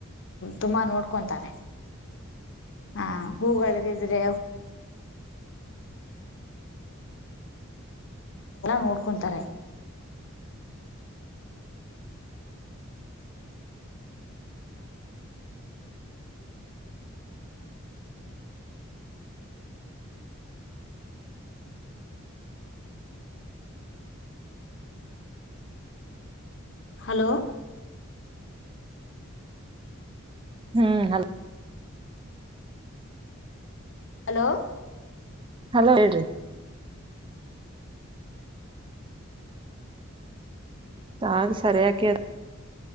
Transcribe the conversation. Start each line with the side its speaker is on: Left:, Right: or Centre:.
Left: ತುಂಬಾ ನೋಡ್ಕೊಂತಾರೆ ಹಾ ಹೂಗಳದಿದ್ರೆ ನೋಡ್ಕೊಂತಾರೆ ಹಲೋ
Right: ಹ್ಮ್ ಹಲ
Left: ಹಲೋ
Right: ಹಲೋ ಹೇಳ್ರಿ ಹಾ ಸರಿಯಕ್ಕೆ